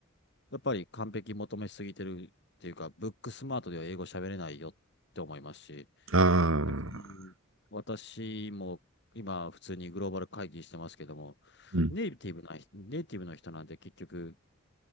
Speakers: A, on the left; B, on the right.
A: やっぱり完璧求めすぎてるっていうか、ブックスマートでは英語喋れないよって思いますし、
B: ああ、
A: 別に私も今、普通にグローバル会議してますけども、
B: うん。
A: ネイティブな、ネイティブの人なんで結局、